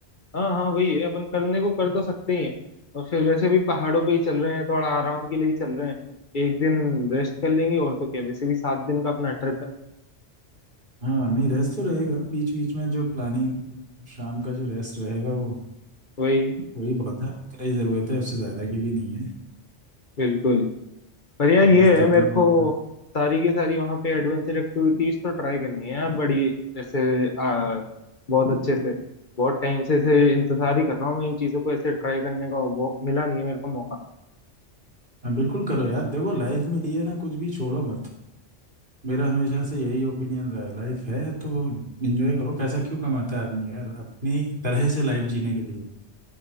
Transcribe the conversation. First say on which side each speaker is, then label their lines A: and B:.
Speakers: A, on the left; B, on the right.
A: हाँ हाँ वही है अपन करने को कर तो सकते ही हैं और फिर वैसे भी पहाड़ों पे ही चल रहे हैं थोड़ा आराम के लिए ही चल रहे हैं एक दिन रेस्ट कर लेंगे और तो क्या वैसे भी सात दिन का अपना ट्रिप है
B: हाँ नहीं रेस्ट तो रहेगा बीच बीच में जो प्लानिंग शाम का जो रेस्ट रहेगा वो
A: वही
B: वही बहुत है उतना ही जरूरत है उससे ज्यादा की भी नहीं है
A: बिल्कुल पर यार ये
B: मस्त अपना
A: है मेरे
B: होटल
A: को सारी की सारी वहां पे एडवेंचर एक्टिविटीज तो ट्राई करनी है यार बड़ी ऐसे आ, बहुत अच्छे से बहुत टाइम से ऐसे इंतजार ही कर रहा हूँ मैं इन चीजों को ऐसे ट्राई करने का और वो मिला नहीं है मेरे को मौका
B: हाँ बिल्कुल करो यार देखो लाइफ में लिए ना कुछ भी छोड़ो मत मेरा हमेशा से यही ओपिनियन रहा है लाइफ है तो एंजॉय करो पैसा क्यों कमाता है आदमी यार अपनी तरह से लाइफ जीने के लिए